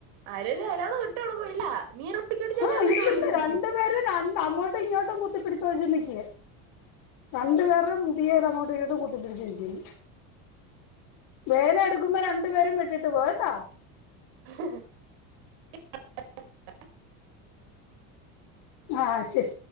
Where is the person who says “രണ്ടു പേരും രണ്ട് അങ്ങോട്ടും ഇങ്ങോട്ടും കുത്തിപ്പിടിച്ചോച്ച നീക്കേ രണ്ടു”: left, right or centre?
Left